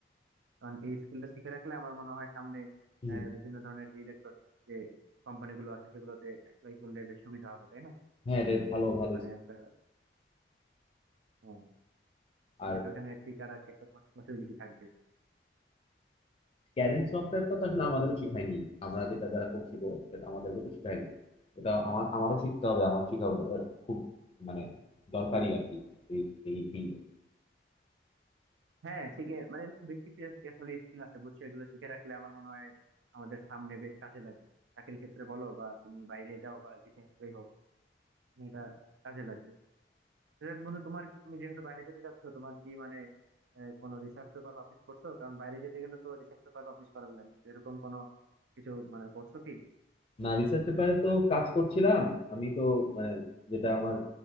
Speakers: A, on the right (about 85°); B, on the left (about 30°).
A: কারণ এই স্কিলটা শিখে রাখলে আমার মনে হয় সামনে
B: হুম।
A: আহ, বিভিন্ন ধরনের যে ইলেকট্রনিক্স যে কোম্পানিগুলো আছে সেগুলোতে অ্যাপ্লাই করলে বেশ সুবিধা হবে তাই না
B: হ্যাঁ রে ভালো ভালো
A: মানে একটা হ্যাঁ,
B: আর
A: মানে একটা ওখানে ফিচার আছে একটা পসিবিলিটি থাকবে
B: ক্যাডেন্স সফটওয়্যারটা তো আসলে আমাদেরও শিখায়নি আমরা যেটা যারা করছি গো সেটা আমাদেরকে তো শিখায়নি এটা আমার আমারও শিখতে হবে আমারও শিখা হবে এটা খুব মানে দরকারি আর কি এই এই ফিল্ডে
A: হ্যাঁ ঠিক এ- মানে এরকম বেশ কিছু আস- আসলে স্কিল আছে বুঝছো এগুলো শিখে রাখলে আমার মনে হয় আমাদের সামনে বেশ কাজে লাগবে চাকরির ক্ষেত্রে বলো বা তুমি বাইরে যাও বা যেখানে হোক মানে এটা কাজে লাগবে যাক বন্ধু তোমার কি তুমি যেহেতু বাইরে যেতে চাচ্ছ তোমার কি মানে আহ, কোনো রিসার্চ পেপার পাবলিশ করছো কারণ বাইরে যেতে গেলে তো রিসার্চ পেপার পাবলিশ করার লাগে তো এরকম কোনো কিছু মানে করছো কি
B: না রিসার্চ পেপারে তো কাজ করছিলাম আমি তো মানে যেটা আমার